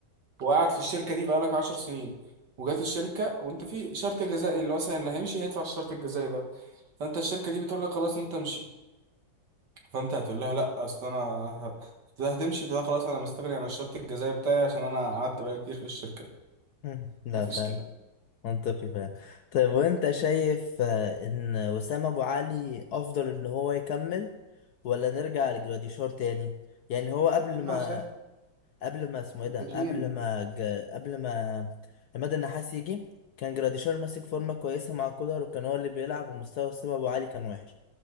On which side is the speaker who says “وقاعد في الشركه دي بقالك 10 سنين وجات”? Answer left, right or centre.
Right